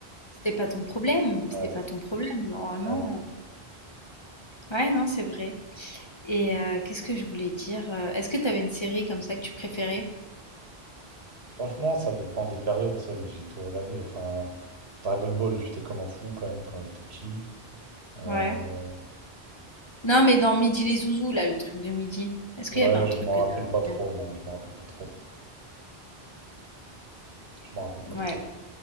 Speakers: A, on the left; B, on the right.
A: C'était pas ton problème,
B: Ouais,
A: c'était pas ton problème, normalement.
B: ouais.
A: Ouais, non, c'est vrai. Et euh, qu'est-ce que je voulais dire? euh, Est-ce que tu avais une série comme ça que tu préférais?
B: Franchement, ça dépend des périodes, tu sais, mais j'ai tout regardé. Enfin, Dragon Ball, j'étais comme un fou quand même quand j'étais petit. Euh,
A: Ouais. Non, mais dans Midi les Zouzous, là, le truc de midi. Est-ce qu'il
B: Ouais,
A: y avait un
B: je
A: truc
B: m'en
A: que
B: rappelle
A: tu
B: pas
A: préféré?
B: trop, non, je m'en rappelle pas trop. Je m'en rappelle pas
A: Ouais,
B: trop.